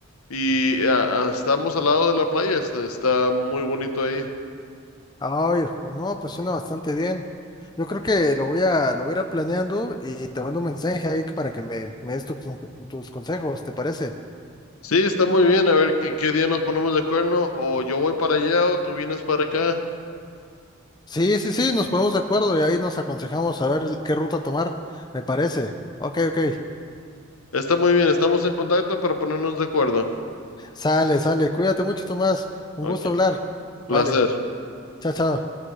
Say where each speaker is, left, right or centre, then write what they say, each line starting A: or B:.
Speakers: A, on the left; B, on the left.
A: Y ah, ah, estamos al lado de la playa, es- está muy bonito ahí.
B: <laughs> Ay, no, pues suena bastante bien. Yo creo que lo voy a, lo voy a ir planeando y te mando un mensaje ahí que- para que me, me des tu con- tus consejos, ¿te parece?
A: Sí, está muy bien. A ver qué, qué día nos ponemos de acuerdo. O yo voy para allá o tú vienes para acá.
B: Sí, sí, sí, nos ponemos de acuerdo y ahí nos aconsejamos a ver qué ruta tomar, me parece. Ok, ok.
A: Está muy bien, estamos en contacto para ponernos de acuerdo.
B: Sale, sale. Cuídate mucho, Tomás. Un
A: Ok,
B: gusto hablar.
A: placer.
B: Vale. Chao, chao.